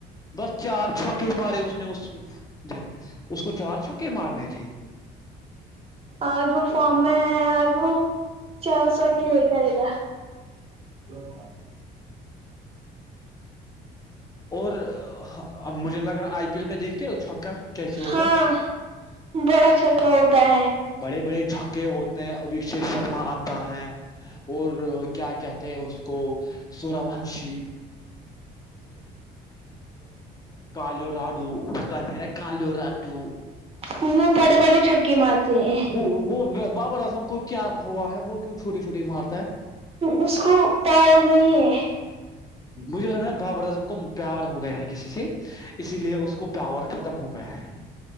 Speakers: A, on the left; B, on the right.
A: بس چار چھوکے مارے اس نے اس دن اس کو چار چھکے مارنے تھے
B: آج وہ فارم میں آجوں چار سو کے لے کرے گا سپ
A: اور اب مجھے لگ رہا آئی پی ایل میں دیکھتے ہو چھکا کیسے ہوتا
B: ہاں
A: ہے
B: بڑا چھکا ہوتا ہے
A: بڑے بڑے چھکے ہوتے ہیں ابھیشیک شرما آتا ہے اور کیا کہتے ہیں اس کو سورونشی کالوراڈو استان ہے نا کالوراڈو
B: وہ بڑے بڑے چھکے مارتے ہیں
A: وہ وہ بابر اعظم کو کیا ہوا ہے وہ کیوں چھوٹے چھوٹے مارتا ہے
B: اس کو پا نہیں ہے
A: بجھ لگ بابر کو پیار ہو گیا ہے کسی سے اسی لیے اس کو پاور ختم ہو گیا ہے